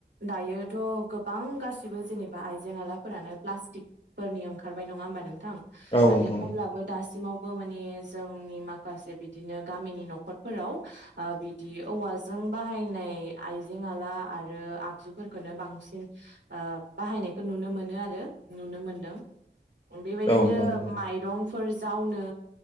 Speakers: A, on the right (about 85°); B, on the left (about 30°).
A: दायोथ' गोबां गासिबो जेनेबा आइजें आलाफोरानो प्लास्टिकफोरनि ओंखारबाय नङा होमबा नोंथां?
B: औ
A: माने
B: नंगौ
A: अब्लाबो दासिमाव माने जोंनि मा माखासे बिदिनो गामिनि न'खरफोराव ओ बिदि औवाजों बाहायनाय आइजें आला आरो आगजुफोरखोनो बांसिन ओ बाहायनायखौ नुनो मोनो आरो नुनो मोनदों। बेबायदिनो
B: औ नंगौ
A: माइरंफोर जावनो